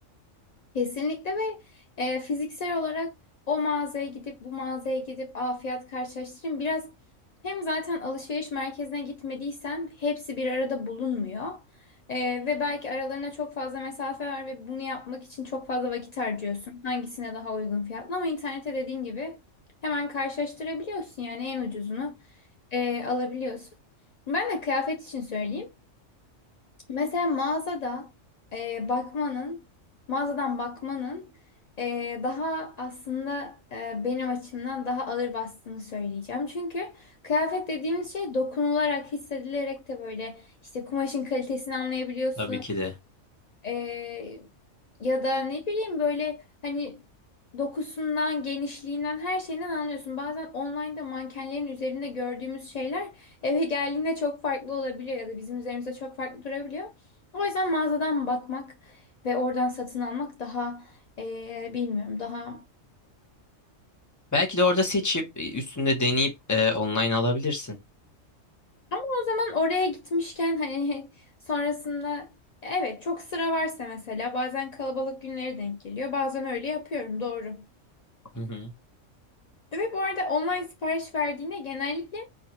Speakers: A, on the left; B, on the left.
A: Kesinlikle ve e, fiziksel olarak o mağazaya gidip bu mağazaya gidip aa fiyat karşılaştırayım. Biraz hem zaten alışveriş merkezine gitmediysen hepsi bir arada bulunmuyor. E, ve belki aralarına çok fazla mesafe var ve bunu yapmak için çok fazla vakit harcıyorsun. Hangisine daha uygun fiyatlı ama internete dediğin gibi hemen karşılaştırabiliyorsun yani en ucuzunu e, alabiliyorsun. Ben de kıyafet için söyleyeyim. Mesela mağazada e, bakmanın, mağazadan bakmanın e, daha aslında e, benim açımdan daha ağır bastığını söyleyeceğim. Çünkü kıyafet dediğimiz şey dokunularak, hissedilerek de böyle işte kumaşın kalitesini anlayabiliyorsun.
B: Tabii ki de.
A: Ee, ya da ne bileyim böyle hani dokusundan, genişliğinden, her şeyinden anlıyorsun. Bazen online'da mankenlerin üzerinde gördüğümüz şeyler eve geldiğinde çok farklı olabiliyor ya da bizim üzerimizde çok farklı durabiliyor. O yüzden mağazadan bakmak ve oradan satın almak daha ee, bilmiyorum daha <laughs>
B: Belki de orada seçip e, üstünde deneyip e, online alabilirsin.
A: ama o zaman oraya gitmişken hani <laughs> sonrasında evet çok sıra varsa mesela bazen kalabalık günlere denk geliyor. Bazen öyle yapıyorum doğru.
B: Hı hı.
A: Ve bu arada online sipariş verdiğinde genellikle